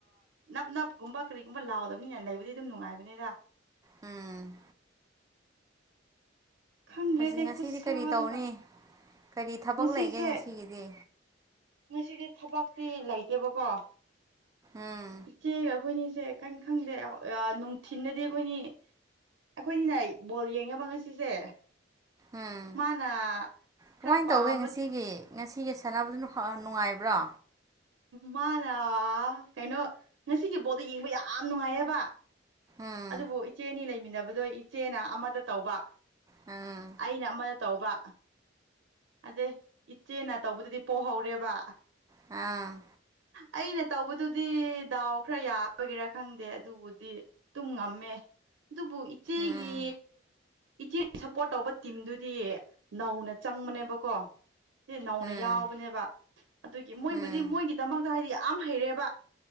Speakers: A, on the right; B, on the right.
A: ꯅꯞ ꯅꯞꯀꯨꯝꯕ ꯀꯔꯤꯒꯨꯝꯕ ꯂꯥꯎꯗꯕꯅꯤꯅ ꯂꯩꯕꯗꯤ ꯑꯗꯨꯝ ꯅꯨꯡꯉꯥꯏꯕꯅꯤꯗ
B: ꯎꯝ
A: ꯈꯪꯗ꯭ꯔꯦꯗ
B: ꯍꯧꯖꯤꯛ ꯉꯁꯤꯗꯤ
A: ꯈꯨꯠꯁꯥꯗꯨꯒ
B: ꯀꯔꯤ ꯇꯧꯅꯤ ꯀꯔꯤ ꯊꯕꯛ
A: ꯉꯁꯤꯁꯦ
B: ꯂꯩꯒꯦ ꯉꯁꯤꯒꯤꯗꯤ
A: ꯉꯁꯤꯗꯤ ꯊꯕꯛꯇꯤ ꯂꯩꯇꯦꯕꯀꯣ
B: ꯎꯝ
A: ꯏꯆꯦꯒ ꯑꯩꯈꯣꯏ ꯏꯁꯦ ꯀꯥꯏꯝ ꯈꯪꯗꯦ ꯅꯨꯡꯊꯤꯗꯗꯤ ꯑꯩꯈꯣꯏꯅꯤ ꯑꯩꯈꯣꯏꯅꯤꯅ ꯕꯣꯜ ꯌꯦꯡꯉꯕ ꯉꯁꯤꯁꯦ
B: ꯎꯝ
A: ꯃꯥꯅ
B: ꯀꯃꯥꯏꯅ
A: ꯈꯔ ꯄꯥꯝꯕ
B: ꯇꯧꯒꯦ ꯉꯁꯤꯒꯤ ꯉꯁꯤꯒꯤ ꯁꯥꯟꯅꯕꯗꯨꯅ ꯍ ꯅꯨꯡꯉꯥꯏꯕ꯭ꯔꯥ
A: ꯃꯥꯅ ꯀꯩꯅꯣ ꯉꯁꯤꯒꯤ ꯕꯣꯜꯗꯣ ꯌꯦꯡꯕ ꯌꯥꯝ ꯅꯨꯡꯉꯥꯏꯌꯦꯕ
B: ꯎꯝ
A: ꯑꯗꯨꯕꯨ ꯏꯆꯦꯅꯤ ꯂꯩꯃꯤꯟꯅꯕꯗꯣ ꯏꯆꯦꯅ ꯑꯃꯇ ꯇꯧꯕ
B: ꯑꯝ
A: ꯑꯩꯅ ꯑꯃꯗ ꯇꯧꯕ ꯑꯗꯩ ꯏꯆꯦꯅ ꯇꯧꯕꯗꯨꯗꯤ ꯄꯣꯛꯍꯧꯔꯦꯕ
B: ꯍꯥ
A: ꯑꯩꯅ ꯇꯧꯕꯗꯨꯗꯤ ꯗꯥꯎ ꯈꯔ ꯌꯥꯕꯒꯤꯔꯥ ꯈꯪꯗꯦ ꯑꯗꯨꯕꯨꯗꯤ ꯇꯨꯝꯉꯝꯃꯦ ꯑꯗꯨꯕꯨ ꯏꯆꯦꯒꯤ
B: ꯎꯝ
A: ꯏꯆꯦ ꯁꯞꯄꯣꯔꯠ ꯇꯧꯕ ꯇꯤꯝꯗꯨꯗꯤ ꯅꯧꯅ ꯆꯪꯕꯅꯦꯕꯀꯣ ꯁꯤ ꯅꯧꯅ
B: ꯎꯝ
A: ꯌꯥꯎꯕꯅꯦꯕ ꯑꯗꯨꯒꯤ ꯃꯣꯏꯕꯨꯗꯤ
B: ꯎꯝ
A: ꯃꯣꯏꯒꯤꯗꯃꯛꯇ ꯍꯥꯏꯗꯤ ꯌꯥꯝ ꯍꯩꯔꯦꯕ